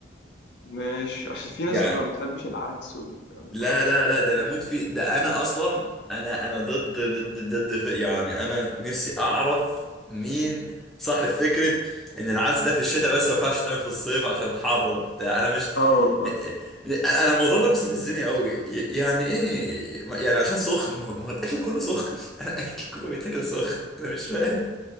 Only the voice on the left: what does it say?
مش عشان في ناس
ما بتحبش العدس والكلام ده
كله
اه والله